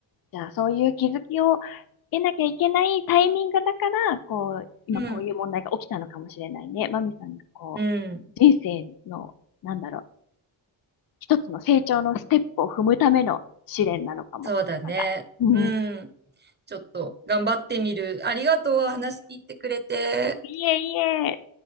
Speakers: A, on the left; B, on the right.
A: じゃあ、そういう気づきを得なきゃいけないタイミングだから、こう、今こういう問題が起きたのかもしれないね。
B: うん。
A: マミさんがこう、
B: うん。
A: 人生の、なんだろう、一つの成長のステップを踏むための試練なのかも。
B: そうだね。
A: なんか、うん。
B: うん。
A: うん。
B: ちょっと頑張ってみる。ありがとう。話聞いてくれて。
A: いえいえ。